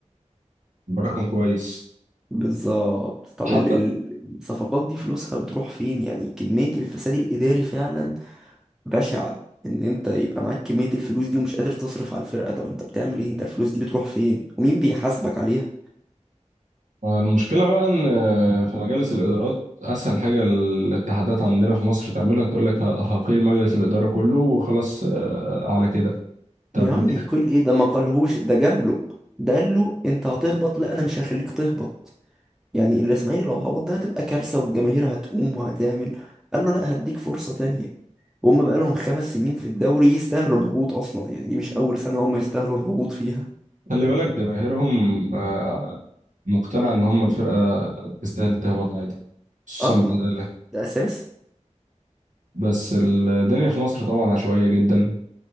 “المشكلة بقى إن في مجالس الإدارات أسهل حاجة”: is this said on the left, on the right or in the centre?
Right